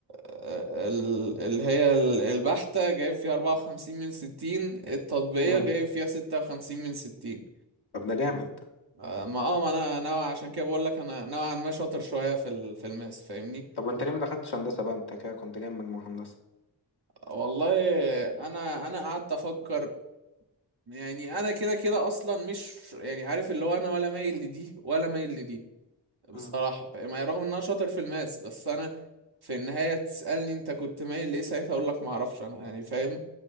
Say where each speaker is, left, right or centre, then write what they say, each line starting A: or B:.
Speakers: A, on the right; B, on the left.
A: آه، ال- اللي هي ال- البحته جايب فيها 54 من 60 التطبيقيه
B: مم.
A: جايب فيها 56 من 60
B: طب ده جامد
A: آه ما اه ما انا نوع عشان كده بقول لك انا نوعا ما شاطر شويه في ال- في الماس فاهمني
B: طب وانت ليه ما دخلتش هندسه بقى انت كده كنت جايب مجموع هندسه
A: والله انا انا قعدت افكر يعني انا كده كده اصلا مش يعني عارف اللي هو انا ولا مايل لدي ولا مايل لدي بصراحة
B: مم.
A: فاهم يعني رغم ان انا شاطر في الماس بس انا في النهاية تسألني انت كنت مايل لإيه ساعتها اقول لك ما اعرفش انا يعني فاهم